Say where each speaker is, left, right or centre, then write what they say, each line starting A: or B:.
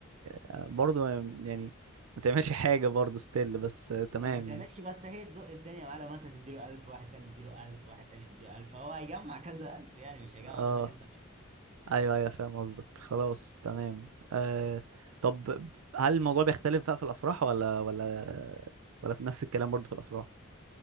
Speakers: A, on the right; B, on the right.
A: آه، برضو يعني ما تعملش حاجة برضو ستيل بس آه، تمام
B: ما ما تعملش
A: يعني
B: بس هي تزق الدنيا معاه لما انت تديله 1000 واحد تاني يديله 1000 واحد تاني يديله 1000 فهو هيجمع كذا 1000 يعني مش هيجمع
A: اه
B: منك انت
A: ايوه ايوه فاهم قصدك خلاص تمام آه طب هل الموضوع بيختلف بقى في الأفراح ولا ولا ولا في نفس الكلام برضو في الأفراح؟